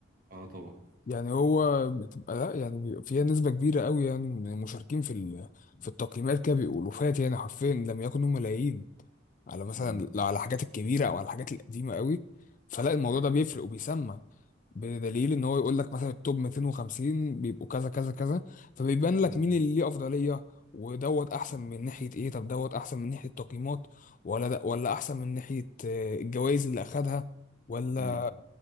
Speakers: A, on the right; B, on the left.
A: اه طبعا
B: يعني هو بتبقى لا يعني بيبقى فيها نسبة كبيرة قوي يعني من المشاركين في ال- في التقييمات كده بيقولوا فات يعني حرفيا لم يكونوا ملايين على مثلا
A: امم
B: لا على الحاجات الكبيرة أو على الحاجات القديمة قوي فلا الموضوع
A: أيوة.
B: ده بيفرق وبيسمع بدليل ان هو يقول لك مثلا التوب 250 بيبقوا كذا كذا كذا فبيبان لك
A: أمم.
B: مين اللي ليه افضليه ودوت احسن
A: أمم.
B: من ناحيه ايه طب دوت احسن من ناحيه تقييمات ولا ده ولا احسن من ناحيه آه، الجوائز اللي اخدها ولا
A: أمم.